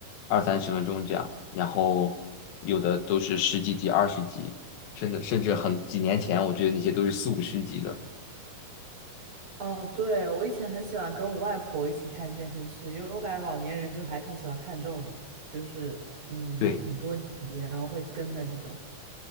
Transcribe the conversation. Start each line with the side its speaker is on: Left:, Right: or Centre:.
Left: 二三十分钟这样，然后有的都是十几集、二十集，甚至甚至很几年前，我觉得那些都是四五十集的。
Right: 哦，对，我以前很喜欢跟我外婆一起看电视剧，因为我感觉老年人就还挺喜欢看这种，就是嗯很多集，
Left: 对。
Right: 然后会跟的这种。